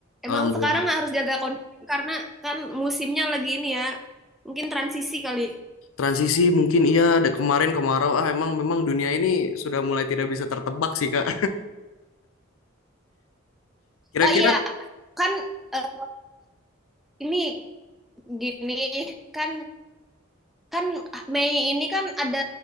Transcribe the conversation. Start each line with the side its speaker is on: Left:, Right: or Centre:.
Left: Alhamdulillah.
Centre: Emang sekarang harus jaga kondisi karena kan musimnya lagi ini ya, mungkin transisi kali.
Left: Transisi mungkin iya ada kemarin kemarau. Ah, emang memang dunia ini sudah mulai tidak bisa tertebak sih, Kak. <laughs> Kira-kira
Centre: Oh iya, kan eh, ini gini kan kan Mei ini kan ada